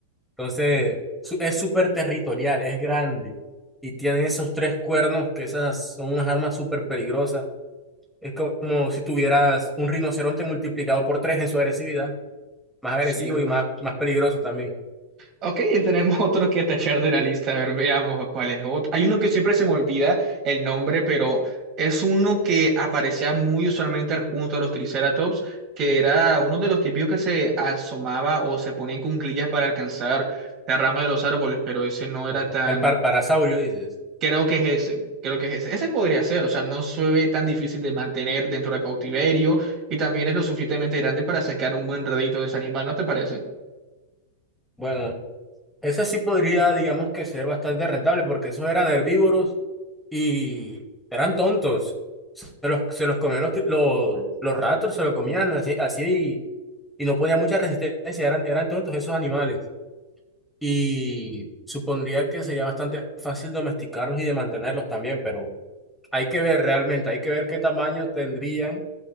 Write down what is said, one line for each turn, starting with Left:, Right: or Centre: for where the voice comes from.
Centre: Entonces, su- es súper territorial, es grande y tiene esos tres cuernos, que esas son unas armas súper peligrosas. Es como si tuvieras un rinoceronte multiplicado por tres en su agresividad, más agresivo
Right: Cierto.
Centre: y más, más peligroso también.
Right: Ok, <laughs> tenemos otro que tachar de la lista, a ver, veamos cuál es otro. Hay uno que siempre se me olvida el nombre, pero es uno que aparecía muy usualmente junto a los triceratops, que era uno de los típicos que se asomaba o se ponía en cuclillas para alcanzar la rama de los árboles, pero ese no
Centre: Eh,
Right: era tan
Centre: el par- parasaurio, dices.
Right: Creo que es ese, creo que es ese. Ese podría ser, o sea, no se ve tan difícil de mantener dentro de cautiverio y también es lo suficientemente grande para sacar un buen redito de ese animal, ¿no te parece?
Centre: Bueno, Ese sí podría, digamos que ser bastante rentable, porque esos eran herbívoros y eran tontos. Se los, se los comían los, ti- los, los ratos, se los comían así, así y, y no ponían mucha resistencia, eran, eran tontos esos animales. Y supondría que sería bastante fácil domesticarlos y de mantenerlos también, pero hay que ver realmente, hay que ver qué tamaño tendrían